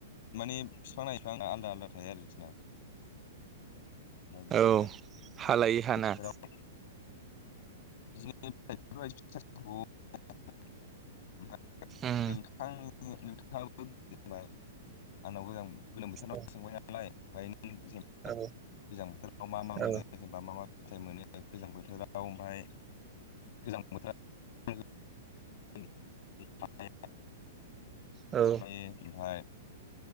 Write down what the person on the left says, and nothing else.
माने बिफां-लाइफां आलादा आलादा थायो आरोखि ना। ओमफ्राय
बिदिनो बोथोराव <inaudible>
<unintelligible>
<unintelligible>
फिथाइ मोनो गोजां बोथोराव ओमफाय गोजां बोथोराव <unintelligible>